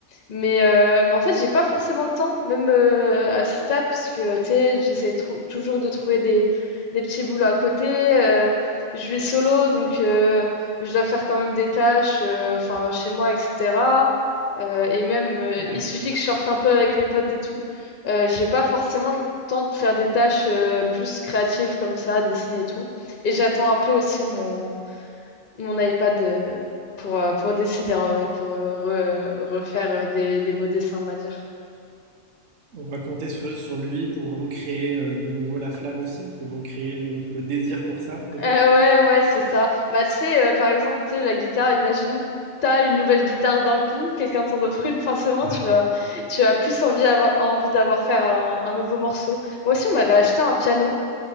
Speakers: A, on the left (about 50°); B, on the right (about 80°).
A: Mais, euh, mais en fait, j'ai pas forcément le temps, même euh, à ce stade, parce que tu sais, j'essaie trou- toujours de trouver des, des petits boulots à côté. euh, je vis solo, donc euh, je dois faire quand même des tâches euh, enfin, chez moi, etc. Euh, et même, euh,
B: ouais.
A: il suffit que je sorte un peu avec mes potes et tout. Euh, j'ai pas forcément le temps de faire des tâches euh, plus créatives comme ça, dessiner et tout. Et j'attends un peu aussi mon mon iPad euh, pour, euh, pour dessiner en vrai, pour euh, re- refaire euh, des, des beaux dessins, on va dire.
B: On va compter sur, sur lui pour recréer euh, de nouveau la flamme aussi, pour recréer le, le désir pour ça, peut-être.
A: Euh, ouais, ouais, c'est ça. Bah, tu sais, euh, par exemple, tu sais, la guitare, imaginons que tu as une nouvelle guitare d'un coup, quelqu'un t'en offre une, forcément,
B: Ouais.
A: tu vas, tu as plus envie, avo- envie d'avoir faire un, un nouveau morceau. Moi aussi, on m'avait acheté un piano.